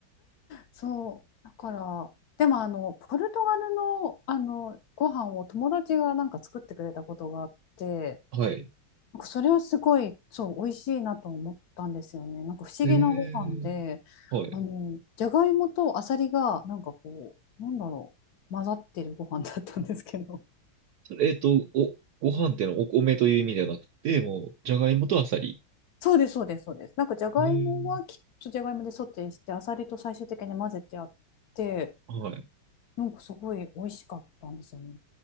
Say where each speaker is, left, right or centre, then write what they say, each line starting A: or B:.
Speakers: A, on the left; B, on the right.
A: そうだからでもあのポルトガルのあのご飯を友達がなんか作ってくれたことがあって
B: はい。
A: なんかそれはすごいそう美味しいなと思ったんですよねなんか不思議なご飯であのじゃがいもとあさりがなんかこうなんだろう混ざってるご飯だったんですけど
B: えー、はい。それえっと、お、ご飯っていうのはお米という意味ではなくて、もう、じゃがいもとあさり。
A: <laughs> そうですそうですそうですなんかじゃがいもはきっとじゃがいもでソテーしてあさりと最終的に混ぜてあって
B: えー、はい。
A: なんかすごい美味しかったんですよね